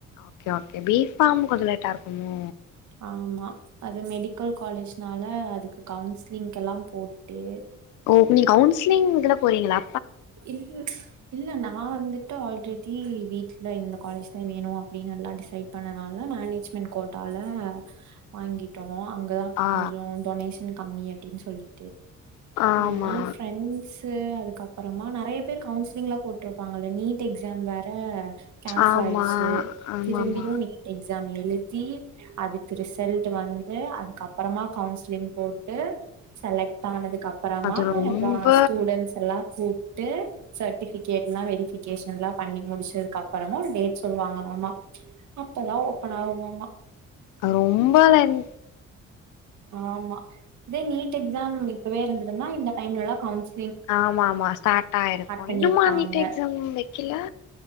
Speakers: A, on the left; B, on the right.
A: ஓகே ஓகே பீ ஃபார்ம் கொஞ்சோ லேட்டாருக்குமோ
B: ஆமா அது மெடிக்கல் காலேஜ்னால அதுக்கு கவுன்சிலிங்கெல்லா போட்டு
A: ஓ நீங்க கவுன்சிலிங் இதுல போனீங்களா
B: இல் இல்ல நா வந்துட் ட ஆல்ரெடி வீட்லா இந்த காலேஜ் தா வேணு அப்டின்னு எல்லா டிசைட் பண்ணனால மேனேஜ் மின் கோட்டாலா வாங்கிட்டோ அங்கதா
A: ஆ
B: கொஞ்சோ டொனேஷன் கம்மி அப்டின்னு சொல்லி
A: ஆமா
B: என் பிரெண்ட்ஸ் அதுக்கப் அப்புறமா நெறைய பேர் கவுன்சிலிங்ல்லா போட்டிருப்பாங்க நீட் எக்ஸாம் வேற கேன்சல்
A: ஆமா
B: ஆய்டுச்சு
A: ஆமாமா
B: திரும்பியு நீட் எக்ஸாம் எழுதி அதுக்கு ரிசல்ட் வந்து அதுக்கப்புறமா கவுன்சிலிங் போட்டு செலக்ட் ஆனதுக்கப்புறமா
A: அது ரொம்ப
B: எல்லா ஸ்டூடன்ஸ் எல்லா கூப்ட்டு சர்டிபிகேட்ல்லா வெரிபிகேஷன்ல்லா பண்ணி முடிச்சதுக்கு அப்புறமா ஒரு டேட் சொல்லுவாங்ளாமா அப்பதா ஓப்பன் ஆகுமாமா
A: ரொம்ப வென்
B: ஆமா இதே நீட் எக்ஸாம் இப்பவேருந்திருந்தா இந்த டைம்லாம் கவுன்ஸ்
A: ஆமா ஆமா ஸ்டார்ட ஆய்ருக்கு
B: பண்ணிருப்பாங்க
A: இன்னுமா நீட் எக்ஸாம் வைக்கலா